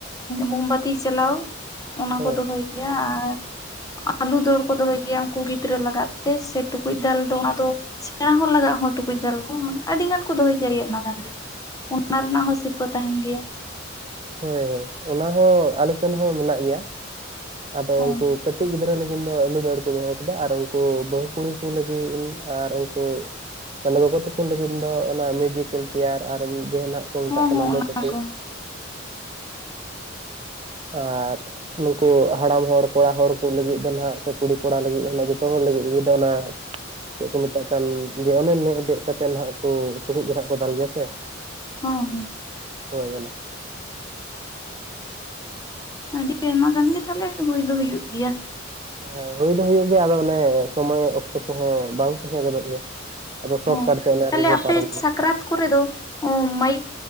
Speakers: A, on the left; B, on the right.
A: ᱢᱳᱢᱵᱟᱛᱤ ᱪᱟᱞᱟᱣ, ᱚᱱᱟ
B: ᱦᱮᱸ
A: ᱠᱚ ᱫᱚᱦᱚᱭ ᱜᱮᱭᱟ ᱟᱨ ᱟᱞᱩ ᱫᱟᱹᱲ ᱠᱚ ᱫᱚᱦᱚᱭ ᱜᱮᱭᱟ ᱩᱱᱠᱩ ᱜᱤ ᱫᱽᱨᱟᱹ ᱞᱟᱜᱟᱜ ᱛᱮ ᱥᱮ ᱴᱩᱠᱩᱡ ᱫᱟᱞ ᱫᱚ ᱚᱱᱟᱫᱚ ᱥᱮᱸᱬᱟ ᱦᱚᱲ ᱞᱟᱜᱟᱜ ᱦᱚᱸ ᱴᱩ ᱠᱩᱡ ᱫᱟᱞ ᱠᱚ ᱢᱟᱱᱮ ᱟᱹᱰᱤ ᱜᱟᱱ ᱠᱚ ᱫᱚᱦᱚᱭ ᱜᱤᱲᱤᱭᱮᱫ ᱚᱱᱟ ᱠᱟᱱᱜᱮ ᱚᱱᱟ ᱨᱮᱱᱟᱜ ᱦᱚᱸ ᱥᱤᱨᱯᱟᱹ ᱛᱟᱦᱮᱱ ᱜᱮᱭᱟ ᱾
B: ᱦᱳᱭ ᱦᱳᱭ ᱚᱱᱟ ᱦᱚᱸ ᱟᱞᱮᱥᱮᱱ ᱦᱚᱸ ᱢᱮᱱᱟᱜ ᱜᱮᱭᱟ ᱟᱫᱚ
A: ᱦᱚᱸ
B: ᱩᱱᱠᱩ ᱠᱟᱹᱴᱤᱡ ᱜᱤᱫᱽᱨᱟᱹ ᱞᱟᱹ ᱜᱤᱱ ᱫᱚ ᱟᱹᱞᱩ ᱫᱟᱹᱲ ᱠᱚ ᱫᱚᱦᱚ ᱠᱟᱫᱟ ᱟᱨ ᱩᱱᱠᱩ ᱵᱟᱦᱩ ᱠᱩᱲᱤ ᱠᱚ ᱞᱟᱹᱜᱤᱫ ᱤᱢᱱᱤ ᱟᱨ ᱩᱱᱠᱩ ᱢᱟᱱᱮ ᱜᱚᱜᱚ ᱛᱟᱠᱚ ᱞᱟᱹᱜᱤᱫ ᱫᱚ ᱚᱱᱟ ᱢᱤᱡᱤᱠᱮᱞ ᱪᱮᱭᱟᱨ ᱟᱨ ᱩᱢᱩᱠ ᱡᱟᱦᱟᱱᱟᱜ, ᱠᱚ ᱢᱮᱛᱟᱜ
A: ᱦᱚᱸ
B: ᱠᱟᱱᱟ
A: ᱦᱚᱸ
B: ᱢᱳᱢᱵᱟᱛᱤ,
A: ᱚᱱᱟ ᱠᱚ
B: ᱟᱨ ᱱᱩᱠᱩ ᱦᱟᱲᱟᱢ ᱦᱚᱲ ᱠᱚᱲᱟ ᱦᱚᱲ ᱠᱚ ᱞᱟᱹᱜᱤᱫ ᱫᱚ ᱱᱟᱦᱟᱜ ᱥᱮ ᱠᱩᱲᱤ ᱠᱚᱲᱟ ᱞᱟᱹᱜᱤᱫ ᱢᱟᱱᱮ ᱡᱚᱛᱚ ᱦᱚᱲ ᱞᱟᱹᱜᱤᱫ ᱢᱤᱫ ᱫᱚ ᱚᱱᱟ, ᱪᱮᱫ ᱠᱚ ᱢᱮᱛᱟᱜ ᱠᱟᱱ, ᱡᱮ ᱚᱱᱮ ᱢᱮᱫ ᱵᱮᱜ ᱠᱟᱛᱮ ᱱᱟᱦᱟᱜ ᱠᱚ ᱴᱩᱠᱩᱡ ᱱᱟᱦᱟᱜ ᱠᱚ ᱫᱟᱞ ᱜᱮᱭᱟ ᱥᱮ
A: ᱦᱩᱸ ᱦᱩᱸ
B: ᱦᱳᱭ ᱚᱱᱟ
A: ᱟᱹᱰᱤ ᱟᱭᱢᱟ ᱜᱟᱱ ᱜᱮ ᱛᱟᱦᱞᱮ ᱦᱩᱭ ᱫᱚ ᱦᱩᱭᱩᱜ ᱜᱮᱭᱟ ᱾
B: ᱦᱮᱸ ᱦᱳᱭ ᱫᱚ ᱦᱩᱭᱩᱜ ᱜᱮᱭᱟ ᱟᱫᱚ ᱚᱱᱮ ᱥᱚᱢᱚᱭ ᱚᱠᱛᱚ ᱠᱚᱦᱚᱸ ᱵᱟᱝ ᱛᱮᱦᱮ ᱜᱚᱫᱚᱜ ᱜᱮᱭᱟ ᱟᱫᱚ ᱥᱚᱴ
A: ᱦᱚᱸ
B: ᱠᱟᱴ ᱛᱮ ᱚᱱᱟ
A: ᱛᱟᱦᱞᱮ
B: ᱨᱮᱜᱮ ᱠᱚ
A: ᱟᱯᱮ
B: ᱯᱟᱨᱚᱢᱟ ᱜᱮᱭᱟ
A: ᱥᱟᱠᱨᱟᱛ
B: ᱾
A: ᱠᱚᱨᱮ ᱫᱚ ᱚ ᱢᱟᱭᱤᱠ